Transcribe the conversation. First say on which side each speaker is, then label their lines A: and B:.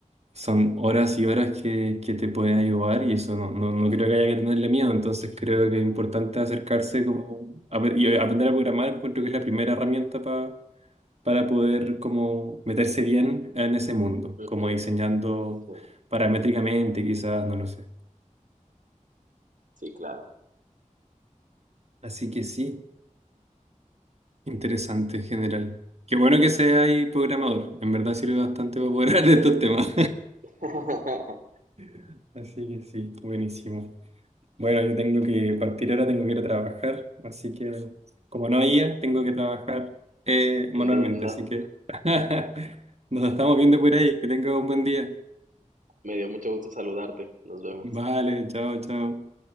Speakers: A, on the right; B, on the right.
A: son horas y horas que, que te pueden ayudar y eso no, no, no creo que haya que tenerle miedo, entonces creo que es importante acercarse como a ver- y aprender a programar, encuentro que es la primera herramienta pa- para poder como meterse bien en ese mundo,
B: Ujú.
A: como diseñando
B: Sí,
A: paramétricamente quizás, no lo sé.
B: sí, claro.
A: Así que sí, interesante en general. Qué bueno que seas programador, en verdad sirve bastante para poder <laughs> hablar de estos temas.
B: <laughs>
A: <laughs> Así que sí, buenísimo. Bueno, yo tengo que partir ahora, tengo que ir a trabajar, así que como no había, tengo que trabajar eh, manualmente,
B: Entiendo.
A: así que <laughs> nos estamos viendo por ahí, que tenga un buen día.
B: Me dio mucho gusto saludarte. Nos vemos.
A: Vale, chao, chao.